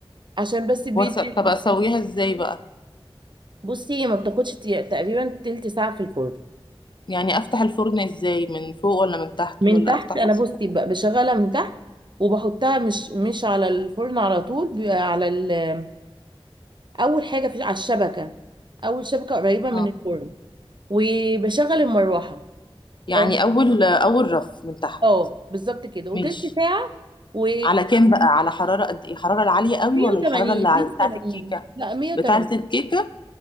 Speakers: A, on the right (about 55°); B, on the left (about 55°).
A: عشان بس بي-
B: وأس- طب اسويها ازاي بقى
A: بصي هي ما بتاخدش تقريبا تلت ساعة في الفرن
B: يعني افتح الفرن ازاي من فوق ولا من تحت
A: من
B: ولا
A: تحت
B: افتحه
A: انا
B: ازاي
A: بصي ب- بشغلها من تحت وبحطها مش مش على الفرن على طول بيبقى على ال- اول حاجه في على الشبكه اول شبكه قريبه من
B: آه.
A: الفرن وبشغل المروحه
B: يعني
A: اه
B: اول اول رف من تحت
A: آه، بالظبط كده وتلت
B: ماشي
A: ساعه و
B: على كام بقى على حرارة قد ايه الحرارة العالية قوي
A: 180
B: ولا الحرارة اللي على-
A: 180
B: بتاعة الكيكة
A: لا 180
B: بتاعة الكيكة